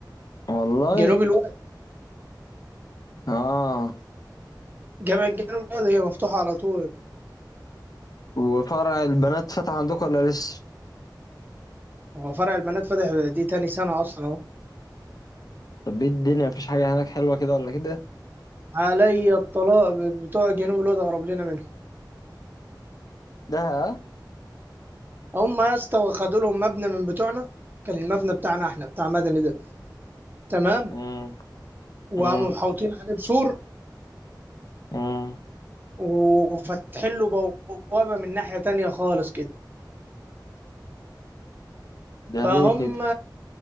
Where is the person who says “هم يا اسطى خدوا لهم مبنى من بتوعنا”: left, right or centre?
Right